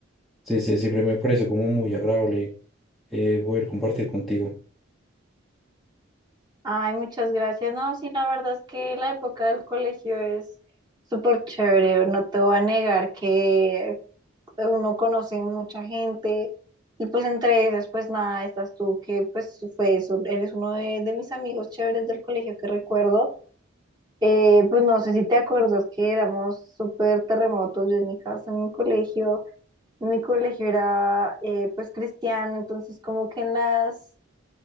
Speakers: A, in the centre; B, on the right.
A: sí, sí, siempre me pareció como muy agradable eh, poder compartir contigo.
B: Ay, muchas gracias. No, sí, la verdad es que la época del colegio es súper chévere. No te voy a negar que pues, uno conoce mucha gente y pues entre esas, pues nada, estás tú que pues fue eso, eres uno de, de mis amigos chéveres del colegio que recuerdo. Eh, pues no sé si te acuerdas que éramos súper terremotos, yo en mi casa, en mi colegio, mi colegio era eh, pues cristiano, entonces como que en las,